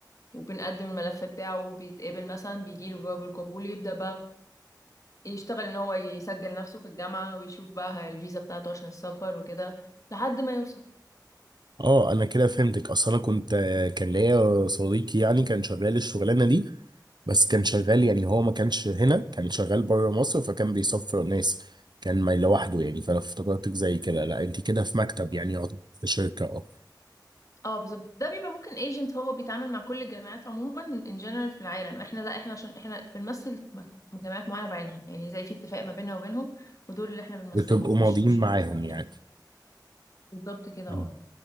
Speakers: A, on the left; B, on the right.
A: وبنقدم الملف بتاعه وبيتقبل مثلا بيجيله جواب القبول يبدأ بقى يشتغل ان هو يسجل نفسه في الجامعة ويشوف بقى الفيزا بتاعته عشان السفر وكده لحد ما يوصل
B: اه انا كده فهمتك اصلا انا كنت كان ليا صديقي يعني كان شغال الشغلانة دي بس كان شغال يعني هو ما كانش هنا كان شغال بره مصر فكان بيسفر ناس كان ما لوحده يعني فانا افتكرتك زي كده لا انت كده في مكتب يعني يعتبر في شركه اه
A: اه بالظبط ده بيبقى ممكن ايجنت هو بيتعامل مع كل الجامعات عموما ان جنرال في العالم احنا لا احنا عشان احنا بنمثل م- جامعات معينه بعينها يعني زي في اتفاق ما بيننا وبينهم ودول اللي احنا بنمثلهم
B: بتبقوا
A: مش
B: ماضيين
A: مش
B: معاهم
A: بنشتغل
B: يعني
A: بالظبط كده
B: مم.
A: اه